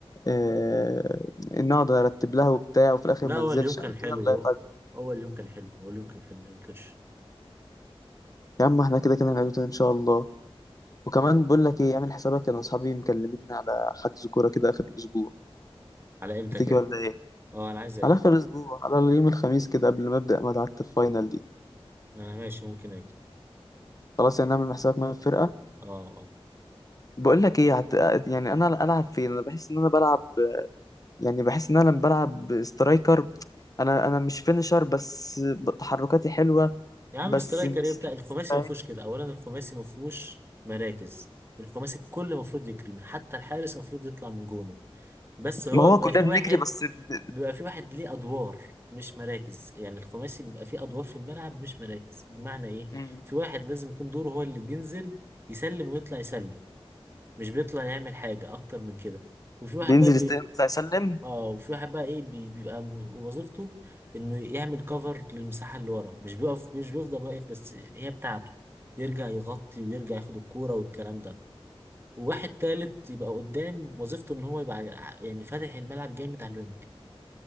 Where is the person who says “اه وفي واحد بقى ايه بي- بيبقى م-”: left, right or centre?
Right